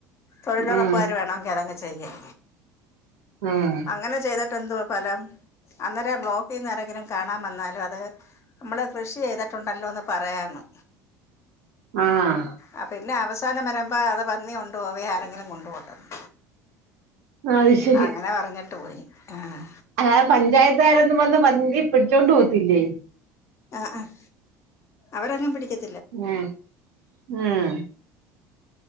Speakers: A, on the left; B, on the right.
A: തൊഴിലൊറപ്പുകാര്
B: ഉം
A: വേണോങ്കി അതങ്ങ് ചെയ്യും.
B: ഉം
A: അങ്ങനെ ചെയ്തിട്ട് എന്തുവാ ഭലം. അന്നേരം ബ്ലോക്- റ്റിന്ന് ആരെങ്കിലും കാണാൻ വന്നാലും അത് നമ്മള് കൃഷി ചെയ്തിട്ടുണ്ടല്ലോന്ന് പറയാന്ന്.
B: ആഹ്
A: ആ പിന്നെ അവസാനം വരമ്പാ അത് പന്നി കൊണ്ടുപോവേം ആരെങ്കിലും കൊണ്ടുപോട്ടന്ന്.
B: അത് ശരി
A: അങ്ങനെ പറഞ്ഞിട്ട് പോയി ആഹ്
B: അല്ലാതെ പഞ്ചായത്തുകാരൊന്നും വന്ന് പന്നിയെ പിടിച്ചോണ്ട് പോത്തില്ലേ?
A: ആ ആഹ് അവരങ്ങും പിടിക്കത്തി-
B: ങേ ഉംഹ്